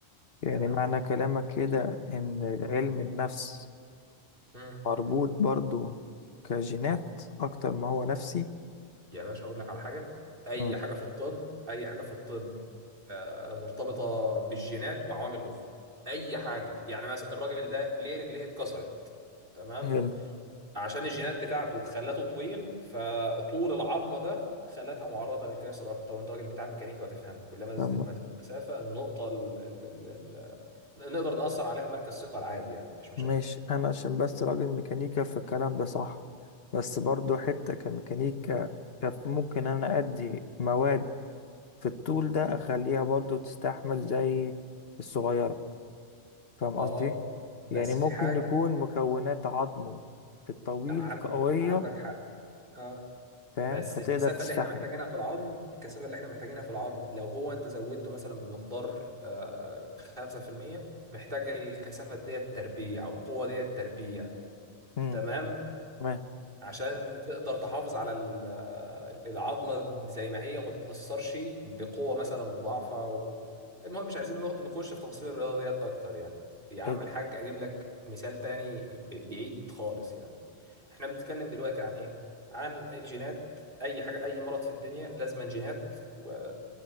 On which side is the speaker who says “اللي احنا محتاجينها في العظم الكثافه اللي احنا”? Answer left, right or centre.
Right